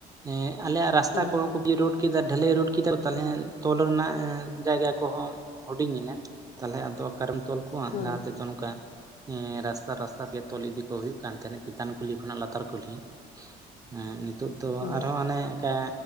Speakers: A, on the right; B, on the left.
A: ᱦᱮᱸ ᱟᱞᱮᱭᱟᱜ ᱨᱟᱥᱛᱟ
B: ᱦᱳᱭ
A: ᱠᱚ ᱠᱚ ᱯᱤᱫ ᱨᱳᱰ ᱠᱮᱫᱟ ᱰᱷᱟᱹᱞᱟᱹᱭ ᱨᱳᱰ ᱠᱮᱫᱟ, ᱛᱟᱞᱦᱮ ᱛᱚᱞ ᱨᱮᱱᱟᱜ ᱮᱸ ᱡᱟᱭᱜᱟ ᱠᱚᱦᱚᱸ ᱦᱩᱰᱤᱧ ᱮᱱᱟ᱾ ᱛᱟᱞᱦᱮ ᱟᱫᱚ ᱚᱠᱟᱨᱮᱢ ᱛᱚᱞ ᱠᱚᱣᱟ
B: ᱦᱳᱭ
A: ᱞᱟᱦᱟ ᱛᱮᱫᱚ ᱱᱚᱝᱠᱟ ᱦᱮᱸ ᱨᱟᱥᱛᱟ ᱨᱟᱥᱛᱟ ᱛᱮ ᱛᱚᱞ ᱤᱫᱤ ᱠᱚ ᱦᱩᱭᱩᱜ ᱠᱟᱱ ᱛᱟᱦᱮᱸᱱᱟ ᱪᱮᱛᱟᱱ ᱠᱩᱞᱦᱤ ᱠᱷᱚᱱᱟᱜ ᱞᱟᱛᱟᱨ ᱠᱩᱞᱦᱤ᱾ ᱮᱸᱫ ᱱᱤᱛᱳᱜ ᱫᱚ
B: ᱦᱳᱭ
A: ᱟᱨᱦᱚᱸ ᱦᱟᱱᱮ ᱚᱱᱠᱟ